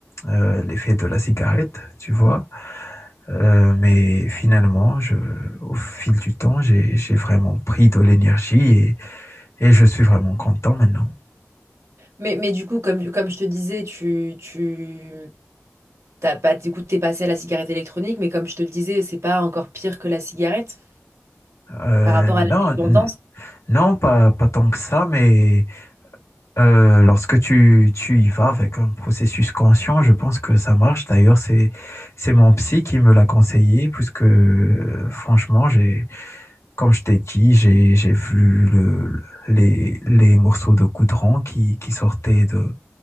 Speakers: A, on the left (about 90°); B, on the right (about 75°).
A: euh, l'effet de la cigarette, tu vois. Euh, mais finalement, je, au fil du temps, j'ai, j'ai vraiment pris de l'énergie et, et je suis vraiment content maintenant.
B: Mais, mais du coup, comme, comme je te disais, tu, tu T'as pas, du coup, t'es passé à la cigarette électronique, mais comme je te le disais, c'est pas encore pire que la cigarette
A: Euh,
B: par rapport
A: non,
B: à la dépendance.
A: n- non, pas, pas tant que ça, mais euh, lorsque tu, tu y vas avec un processus conscient, je pense que ça marche. D'ailleurs, c'est, c'est mon psy qui me l'a conseillé, puisque euh, franchement, j'ai, comme je t'ai dit, j'ai, j'ai vu le, les, les morceaux de goudron qui, qui sortaient de